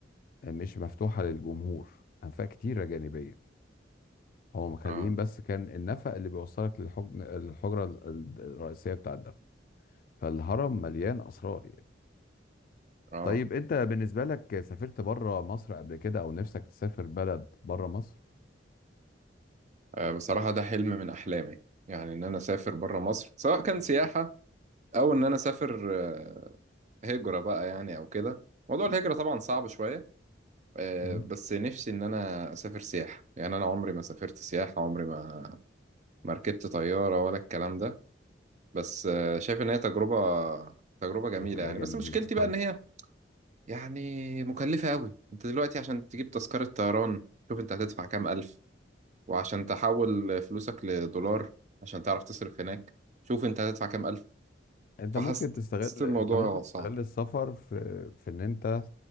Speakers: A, on the left (about 50°); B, on the right (about 40°).
A: مش مفتوحه للجمهور انفاق كتيره جانبيه هو مخليين
B: اه
A: بس كان النفق اللي بيوصلك للحجن- الحجره ال- ال- الرئيسيه بتاع الدفن فالهرم مليان اسرار يعني.
B: اه
A: طيب انت بالنسبة لك سافرت بره مصر قبل كده او نفسك تسافر بلد بره مصر
B: آه، بصراحة ده حلم من احلامي يعني ان انا اسافر بره مصر سواء كان سياحة او ان انا اسافر آه، هجرة بقى يعني او كده موضوع الهجرة طبعا صعب شوية آه،
A: امم
B: بس نفسي ان انا اسافر سياحة يعني انا عمري ما سافرت سياحة عمري ما ما ركبت طيارة ولا الكلام ده بس آه، شايف ان هي تجربة تجربة جميلة
A: ده تبقى
B: يعني
A: جميلة
B: بس مشكلتي بقى
A: طب
B: ان هي يعني مكلفة أوي أنت دلوقتي عشان تجيب تذكرة طيران شوف أنت هتدفع كام ألف وعشان تحول فلوسك لدولار عشان تعرف تصرف هناك شوف أنت هتدفع كام ألف
A: انت
B: فحسيت
A: ممكن تستغل
B: الموضوع
A: انت ممكن تستغل
B: صعب
A: السفر في في ان انت